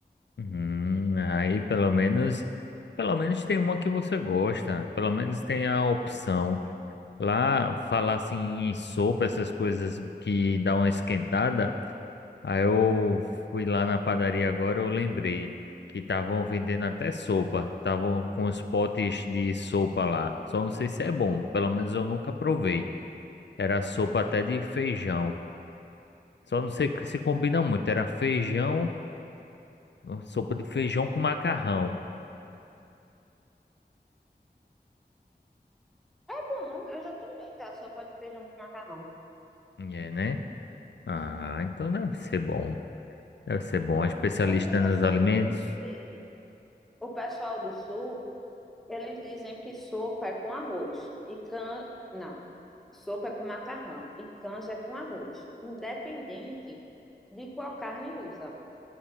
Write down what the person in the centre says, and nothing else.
Bom, eu já tomei já sopa de feijão com macarrão.
É interessante
porque o pessoal do Sul. Eles dizem que sopa é com arroz e can... Não, sopa é com macarrão e canja é com arroz, independente de qual carne usa.